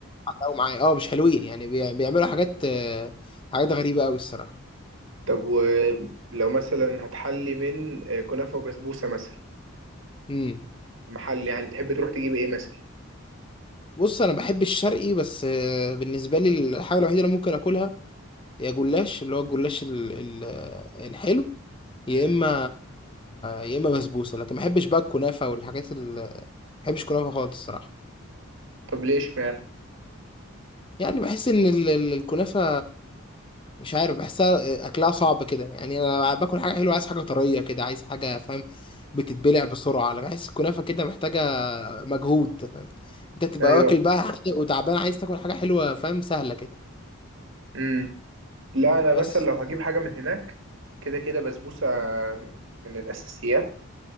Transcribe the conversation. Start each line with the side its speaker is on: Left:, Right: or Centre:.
Left: حاجه معايا اه مش حلوين يعني بي- بيعملوا حاجات آه، حاجات غريبه قوي الصراحه
Right: طب ولو مثلا هتحلي من آه، كنافه وبسبوسه مثلا
Left: امم
Right: محل يعني تحب تروح تجيب ايه مثلا
Left: بص انا بحب الشرقي بس آه، بالنسبه لي الحاجه الوحيده اللي ممكن اكلها هي جلاش اللي هو الجلاش ال- ال- الحلو يا
Right: مم.
Left: اما يا اما بسبوسه لكن ما بحبش بقى الكنافه والحاجات ال ما بحبش الكنافه خالص الصراحه
Right: طب ليش يعني
Left: يعني بحس ان ال- ال- الكنافه مش عارف بحسها اكلها صعب كده يعني انا باكل حاجه حلوه عايز حاجه طريه كده عايز حاجه فاهم بتتبلع بسرعه لكن بحس الكنافه كده محتاجه مجهود فاهم انت تبقى
Right: ايوه
Left: واكل بقى حادق وتعبان عايز تاكل حاجه حلوه فاهم سهله كده
Right: مم. لا انا
Left: بس
Right: مثلا لو هجيب حاجه من هناك كده كده بسبوسه من الاساسيات